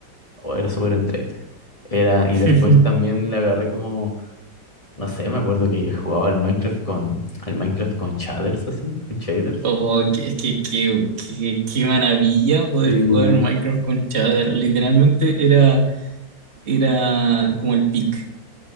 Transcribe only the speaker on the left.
oh, era súper entrete. Era, y
después también le agarré como, no sé, me acuerdo que jugaba al Minecraft con, al Minecraft con shaders así, con shaders.
Sí.